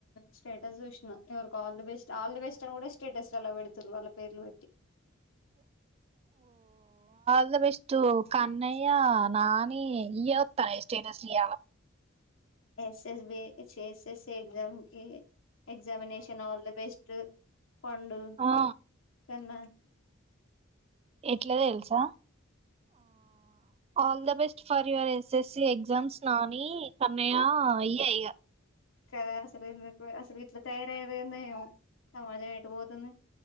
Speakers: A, on the left; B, on the right.
A: స్టేటస్ చూసినా ఇవరికి all the best all the best అని కూడా స్టేటస్ ఎలా పెడుతురు పేరిలు పెట్టి
B: అ బెస్టు కన్నయ్య నాని ఈత్తార స్టాటుస్లు ఇయ్యాల
A: సేస్ భసస్ ఎగ్జామ్ కి ఎక్జామినేషన్ ఆల్ ద బెస్ట్ పండు
B: ఆ
A: కన్నా
B: ఎట్ల తెలుసా all the best for your SS exams Nani Kannayya ఏయే ఆయా
A: క అసలు అసలు ఎట్ల తయారయాల సమాజం పోతుంది